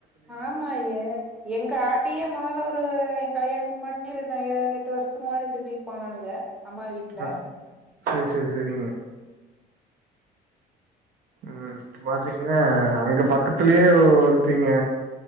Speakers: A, in the centre; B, on the right (about 60°).
A: ஆமாய எங்க ஆட்டியே மொதல்ல ஒரு எ கல்யாணத்துக்கு முன்னாடி இரு நானுங்க எட்டு வருஷதுக்கு முன்னாடி திட்டிட்டு போனானுங்க அம்மா வீட்ல
B: அ சேரி சேரி சேரிங்க ம் பாத்தீங்னா அங்க பக்கத்திலியே ஒருத்தீங்க